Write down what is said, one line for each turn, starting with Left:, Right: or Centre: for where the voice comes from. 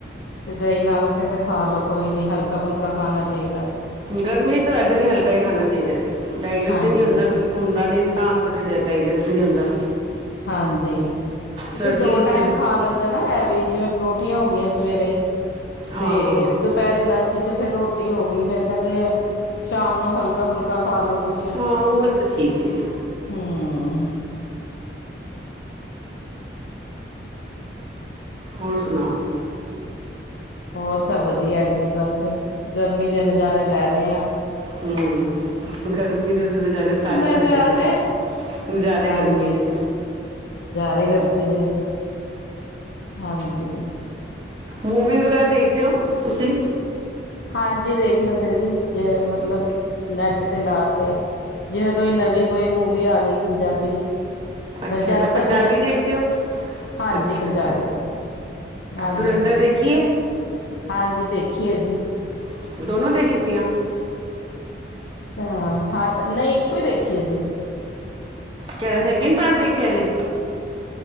Left: ਤੇ ਦਹੀਂ ਨਾਲ ਕੈੰਦੇ ਖਾ ਲੋ ਕੋਈ ਨੀ ਹਲਕਾ-ਫੁਲਕਾ ਖਾਣਾ ਚਾਈਦੈ।
Right: ਗਰਮੀ 'ਤ ਵੈਸੇ ਵੀ ਹਲਕਾ ਹੀ ਖਾਣਾ ਚਾਹੀਦੈ, ਡਾਇਜਸਟ
Left: ਹਾਂਜੀ।
Right: ਹੀ ਨੀ ਹੁੰਦਾ ਕਿਉਂਕਿ ਘੁੰਮਦਾ ਨੀ ਇਨਸਾਨ ਤੇ ਫਿਰ ਜ ਡਾਇਜਸਟ ਹੀ ਨੀ ਹੁੰਦਾ।
Left: ਹਾਂਜੀ, ਕਿਉਂਕਿ
Right: ਸਰਦੀ
Left: ਦੋ
Right: 'ਚ
Left: ਟਾਈਮ
Right: ਤੇ
Left: ਖਾ ਲੈਂਦਾ ਨਾ ਹੈਵੀ ਜਿਵੇਂ ਪਰੋ ਉੱਠੀਆਂ ਹੋ ਗੀਆਂ ਸਵੇਰੇ।
Right: ਹਾਂ
Left: ਤੇ
Right: ਹਾਂ
Left: ਦੁਪੈਰੇ ਲੰਚ ਚ ਫੇਰ ਰੋਟ ਰੋਟੀ ਹੋ ਗੀ ਫੇਰ ਕੈੰਦੇ ਸ਼ਾਮ ਨੂੰ ਹਲਕਾ-ਫੁਲਕਾ ਖਾਲੋ ਕੁਛ,
Right: ਹਾਂ ਉਹ ਗੱਲ ਤਾਂ ਠੀਕ ਹੈ
Left: ਹੂੰ। <unintelligible>
Right: ਹੋਰ ਸੁਣਾਓ?
Left: ਹੋਰ ਸਭ ਵਧੀਆ ਹੈ ਜ ਜੀ ਬਸ ਗਰਮੀ ਦੇ ਨਜ਼ਾਰੇ ਲੈ ਰਹੇ ਆ
Right: ਹੂੰ ਗਰਮੀ ਦੇ ਨਜ਼ਾਰੇ ਸਾਰੇ
Left: ਨਜ਼ਾਰੇ
Right: ਲੈਂਦੇ ਪਏ ਨੇ। ਨਜ਼ਾਰੇ
Left: ਹਾਂਜੀ
Right: ਗਰਮੀ ਦੇ
Left: ਨਜ਼ਾਰੇ ਗਰਮੀ ਦੇ ਹਾਂਜੀ
Right: ਮੂਵੀਜ਼ ਵਗੈਰਾ ਦੇਖਦੇ ਹੋ ਤੁਸੀਂ
Left: ਹਾਂਜੀ ਦੇਖ ਲੈਂਦੇ ਜੀ ਜੇ ਮਤਲਬ ਨੈਟ ਤੇ ਲਾ ਕੇ ਜਿਵੇਂ ਕੋਈ ਨਵੀਂ ਕੋਈ ਮੂਵੀ ਆ ਗਈ ਪੰਜਾਬੀ
Right: ਅੱਛਾ
Left: ਮੈਂ ਜ਼ਿਆਦਾਤਰ
Right: ਅੱਛਾ ਪੰਜਾਬੀ ਦੇਖਦੇ ਹੋ
Left: ਹਾਂਜੀ
Right: ਅੱਛਾ
Left: ਪੰਜਾਬੀ
Right: ਅੱਛਾ
Left: ਹਾਂਜੀ
Right: ਧੁਰਿੰਧਰ ਦੇਖੀਏ
Left: ਹਾਂਜੀ ਦੇਖੀਏ ਜੀ
Right: ਅੱਛਾ, ਦੋਨੋਂ ਦੇਖ ਲਿੱਤੀਆਂ
Left: ਅਹ ਹਾਂ ਨਹੀਂ ਇੱਕੋ ਹੀ ਦੇਖੀਏ ਜੀ
Right: ਕਿਹੜਾ ਸੈਕਿੰਡ ਪਾਰਟ ਦੇਖਿਆ ਜੀੇ